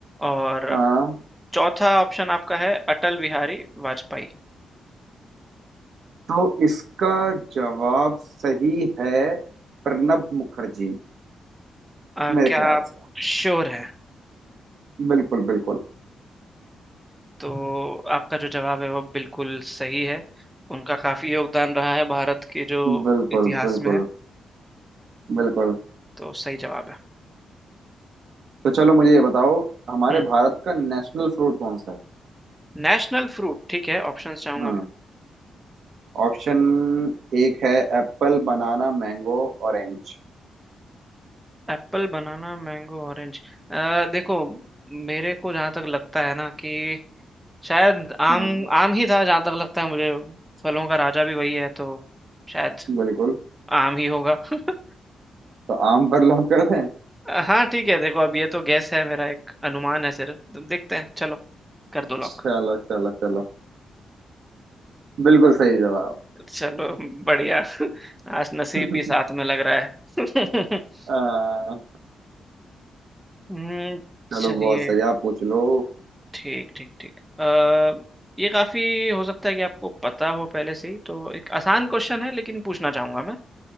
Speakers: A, in the centre; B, on the right.
A: और
B: हाँ
A: चौथा ऑप्शन आपका है अटल बिहारी वाजपेयी
B: तो इसका जवाब सही है प्रणब मुखर्जी
A: अ,
B: मेरे
A: क्या
B: ख्याल
A: आप
B: से
A: श्योर है
B: बिल्कुल बिल्कुल
A: तो आपका जो जवाब है वो बिल्कुल सही है उनका काफी योगदान रहा है भारत के जो
B: बिल्कुल
A: इतिहास
B: बिल्कुल
A: में है
B: बिल्कुल
A: तो सही जवाब है
B: तो चलो मुझे ये बताओ हमारे
A: हम्म
B: भारत का नेशनल फ्रूट कौन सा है
A: नेशनल फ्रूट ठीक है ऑप्शंस चाहूंगा
B: हम्म
A: मैं
B: ऑप्शन एक है एप्पल बनाना मैंगो ऑरेंज
A: Apple banana mango orange देखो मेरे को जहां तक लगता है ना कि शायद आम
B: हम्म
A: आम ही था जहां तक लगता है मुझे फलों का राजा भी वही है तो शायद
B: बिल्कुल
A: आम ही होगा <laughs>
B: तो आम पर लॉक कर दें
A: हाँ ठीक है देखो अब ये तो गैस है मेरा एक अनुमान है सिर्फ तो देखते हैं चलो कर दो लॉक
B: चलो चलो चलो बिल्कुल सही जवाब
A: चलो बढ़िया आज नसीब
B: <laughs>
A: भी साथ में लग रहा है <laughs>
B: आ,
A: हम्म, चलिए
B: चलो बहुत सही आप पूछ लो
A: ठीक ठीक ठीक अ, ये काफी हो सकता है कि आपको पता हो पहले से ही तो एक आसान क्वेश्चन है लेकिन पूछना चाहूंगा मैं